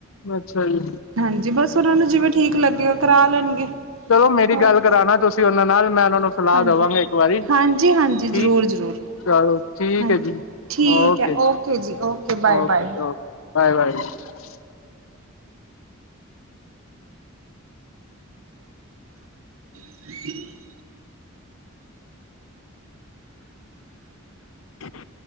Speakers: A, on the left; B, on the right.
A: ਅੱਛਾ ਜੀ।
B: ਹਾਂਜੀ ਬਸ ਓਨਾਂ ਨੂੰ ਜਿਵੇਂ ਠੀਕ ਲੱਗੇ ਕਰਾ ਲੈਣਗੇ।
A: ਚਲੋ ਮੇਰੀ
B: ਹੋਰ
A: ਗੱਲ ਕਰਾਣਾ ਤੁਸੀਂ ਉਹਨਾਂ ਨਾਲ ਮੈਂ ਉਹਨਾਂ ਨੂੰ ਸਲਾਹ
B: ਹਾਂਜੀ
A: ਦੇਵਾਂਗਾ ਇੱਕ ਵਾਰੀ ਠੀਕ
B: ਹਾਂਜੀ ਹਾਂਜੀ ਜ਼ਰੂਰ ਜ਼ਰੂਰ
A: ਚਲੋ ਠੀਕ
B: ਹਾਂਜੀ
A: ਹੈ ਜੀ
B: ਠੀਕ
A: ਓਕੇ
B: ਹੈ
A: ਜੀ-ਓਕੇ
B: ਜੀ ਓਕੇ ਬਾਏ ਬਾਏ
A: ਜੀ-ਓਕੇ ਵਾਏ ਵਾਏ ਜੀ।
B: <inaudible>
A: ਹ।